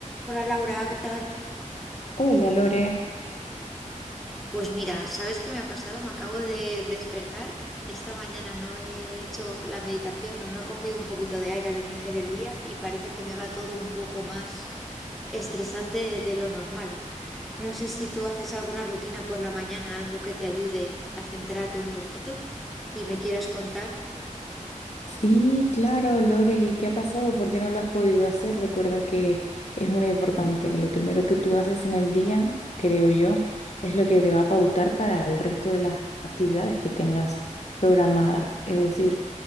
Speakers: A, in the centre; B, on the left (about 55°).
A: Hola Laura, ¿qué tal?
B: Hola Lore.
A: Pues mira, ¿sabes qué me ha pasado? Me acabo de despertar. Esta mañana no he hecho la meditación o no he cogido un poquito de aire al iniciar el día y parece que me va todo un poco más estresante de lo normal. No sé si tú haces alguna rutina por la mañana, algo que te ayude a centrarte un poquito y me quieras contar.
B: Sí, claro, Lore, ¿y qué ha pasado? ¿Por qué no lo has podido hacer? Recuerda que es muy importante. Lo primero que tú haces en el día, creo yo, es lo que te va a pautar para el resto de las actividades que tengas programadas. Es decir,